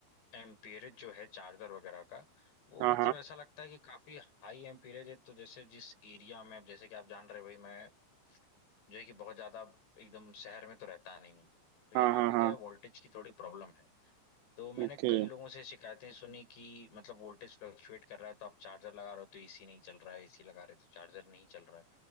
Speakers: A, on the left; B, on the right.
A: एम्पीरेज जो है चार्जर वगैरह का वो
B: हाँ
A: मतलब
B: हाँ
A: ऐसा लगता है कि काफी हाई एम्पीरेज है तो जैसे जिस एरिया में अब जैसे कि आप जान रहे हो भाई मैं जो है कि बहुत ज्यादा एकदम शहर में तो रहता नहीं हूँ तो यहाँ
B: हाँ हाँ
A: पे
B: हाँ
A: क्या है वोल्टेज की थोड़ी प्रॉब्लम है तो मैंने
B: ओके
A: कई लोगों से शिकायतें सुनी कि मतलब वोल्टेज फ्लक्चुएट कर रहा है तो आप चार्जर लगा रहे हो तो एसी नहीं चल रहा है एसी लगा रहे हो तो चार्जर नहीं चल रहा है